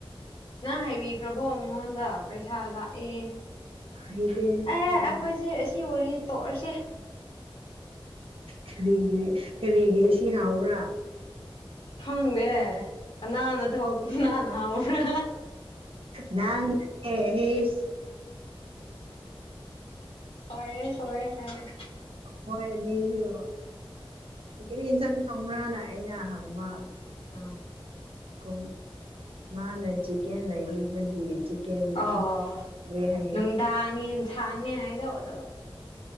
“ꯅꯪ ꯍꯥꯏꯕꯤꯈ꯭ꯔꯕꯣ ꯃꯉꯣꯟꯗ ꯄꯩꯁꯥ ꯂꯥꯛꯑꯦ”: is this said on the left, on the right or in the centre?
Left